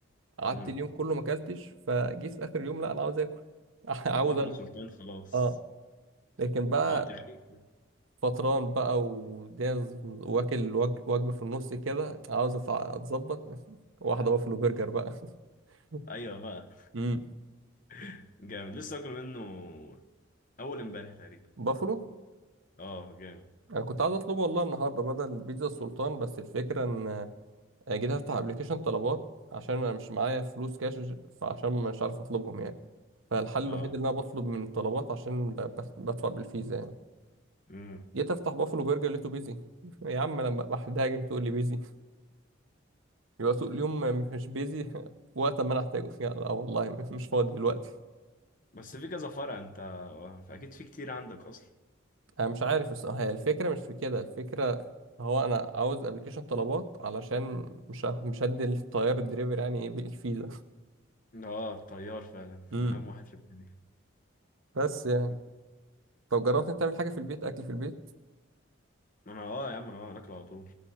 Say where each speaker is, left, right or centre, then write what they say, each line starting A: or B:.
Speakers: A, on the right; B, on the left.
A: قعدت
B: امم
A: اليوم كله ما اكلتش فجيت في اخر اليوم لا انا عاوز اكل <laughs> عاوز
B: واحده
A: اشبع
B: سلطان خلاص
A: اه لكن بقى
B: اه تغنيك
A: فطران بقى والدنيا ز- واكل وج... وجبة في النص كده عاوز أتع- اتظبط <laughs> واحدة بافلو برجر بقى <laughs>
B: ايوه بقى
A: امم
B: <laughs> جامد لسه اكل منه اول امبارح تقريبا
A: بافلو
B: اه جامد
A: انا كنت عايز اطلبه والله النهارده بدل بيتزا السلطان بس الفكره ان آه، جيت افتح ابلكيشن طلبات عشان انا مش معايا فلوس كاش فعشان مش عارف اطلبهم يعني فالحل
B: اه
A: الوحيد اللي انا بطلب من طلبات عشان ب- بس- بدفع بالفيزا يعني
B: امم
A: جيت افتح بافلو برجر لقيته بيزي <laughs> يا عم انا ب- بحتاجك تقول لي بيزي يبقى سوق اليوم مش بيزي <laughs> وقت ما انا احتاجه لا لا والله مش فاضي دلوقتي
B: <laughs> بس في كذا فرع انت آه، اكيد في كتير عندك اصلا
A: انا مش عارف الصراحه هي الفكره مش في كده الفكره هو انا عاوز ابلكيشن طلبات علشان مش ه- مش هدي الطيار الدليفري يعني إيه بالفيزا
B: اه الطيار فعلا
A: امم
B: اهم واحد في الدنيا
A: بس
B: <laughs>
A: يعني طب جربت انت تعمل حاجه في البيت اكل في البيت
B: ما انا اه يا عم انا بعمل اكل على طول